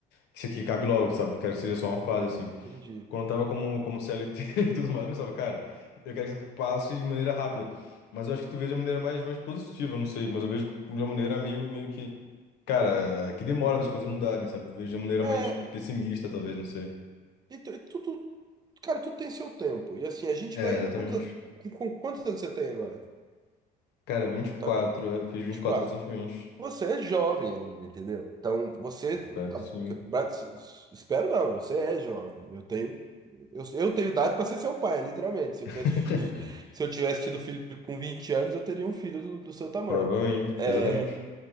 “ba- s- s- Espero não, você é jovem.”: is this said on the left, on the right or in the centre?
Right